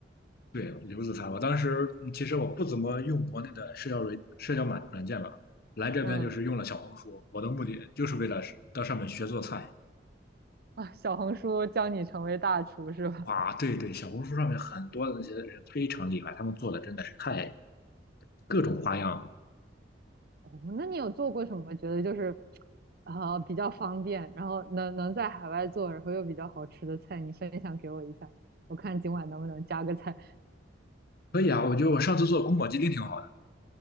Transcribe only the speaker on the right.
嗯
啊，小红书教你成为大厨是吧？
哦，那你有做过什么？觉得就是啊、比较方便，然后能能在海外做，然后又比较好吃的菜，你分享给我一下，我看今晚能不能加个菜。